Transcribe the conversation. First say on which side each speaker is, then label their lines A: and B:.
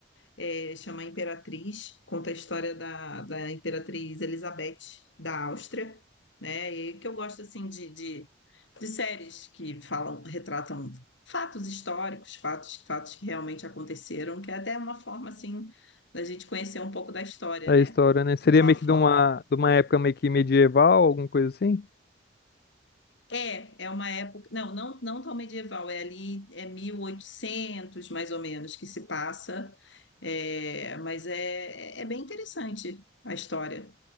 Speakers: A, on the left; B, on the left.
A: é, chama Imperatriz, conta a história da, da Imperatriz Elizabeth da Áustria, né? E que eu gosto assim de, de, de séries que falam, retratam fatos históricos, fatos, fatos que realmente aconteceram, que é até uma forma assim da gente conhecer um pouco da história,
B: da
A: né?
B: história, né? Seria
A: De uma
B: meio
A: forma
B: que de uma, de uma época meio que medieval, alguma coisa assim?
A: É, é uma época, não, não, não tão medieval, é ali, é 1800 mais ou menos que se passa, é, mas é, é é bem interessante a história,